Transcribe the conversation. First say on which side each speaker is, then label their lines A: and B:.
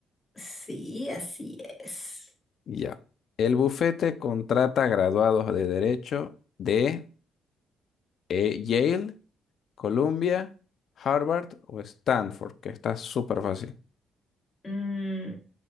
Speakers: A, on the left (about 30°); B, on the left (about 60°).
A: Sí, así es.
B: Ya. El bufete contrata graduados de Derecho de eh, Yale, Columbia, Harvard o Stanford, que está súper fácil.
A: Mm,